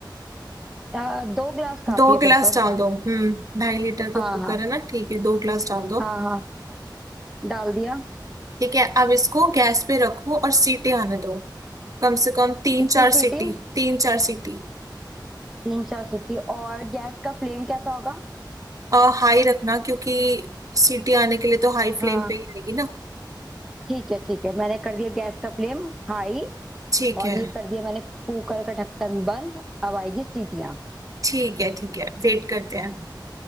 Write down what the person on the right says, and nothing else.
दो
गिलास
डाल दो हम्म ढाई लीटर का
कुकर
है ना ठीक है दो गिलास डाल दो
ठीक है अब इसको गैस पे रखो और सीटी आने दो कम से कम तीन
चार
सीटी तीन चार सीटी
और हाई रखना क्योंकि सीटी आने के लिए तो हाई फ्लेम
पे ही रहेगी ना
ठीक
है
ठीक है ठीक है वेट करते हैं